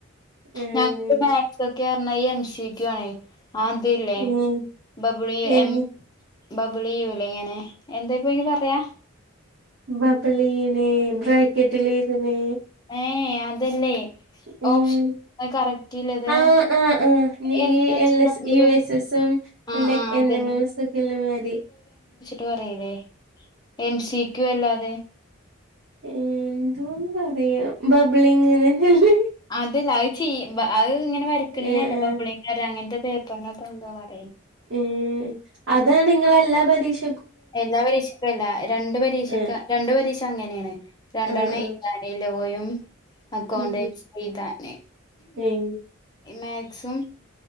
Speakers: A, on the right (about 60°); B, on the left (about 20°).
A: ഉം
B: ഞങ്ങക്ക് മാത്സ് ഒക്കെ പറഞ്ഞ എം സക്ക് ആണ അതല്ലേ
A: ഉം
B: ബബിളി
A: എങ്ങ
B: എം ബബുള യൂല ഇങ്ങനെ എന്താ ഇപ്പോ ഇനി പറയാ
A: ബബബൽീണെ ബ്രാക്കെറ്റ് ല ഇതിനനെ
B: ഏ അതല്ലേ
A: ഉം
B: ഓപ്ഷൻ കറക്റ്റില്ലത്
A: ആ ആഹ് ആ
B: എം
A: ഈ
B: വെച്ചിട്ട്
A: എ
B: എന്തോ
A: യു
B: ഒരു
A: എസ്
B: ആ
A: എല്ല
B: ആ
A: <unintelligible>
B: അതന്നെ
A: മാരി
B: പറല്ലേ എം സിക്കും അല്ലാതെ
A: ഉം എന്തോന്ന് പറയാം ബബലിംഗ് എന്നല്ലേ
B: അതല്ല അത് ചെയ്യ അത് ഇങ്ങനെ വരയ്ക്കണീനല്ല
A: ആ ആ
B: ബബ്ളിയാര അങ്ങനത്തെ പേപ്പറിനപ്പോ ന്താ പറയാ
A: ഉ അതാണ് നിങ്ങള എല്ലാ പരീഷ
B: എല്ലാ പരീക്ഷക്കും അല്ല രണ്ട് പരീക്ഷക്ക്
A: ആ
B: രണ്ട് പരീക്ഷ അങ്ങനെയാണ് രണ്ടെണ്
A: ആ ആ
B: ഇാന ലോയും അക്കൗണ്ടൻസി
A: ഉം
B: ചെയതന്നെ
A: ഉം
B: മാക്സിമ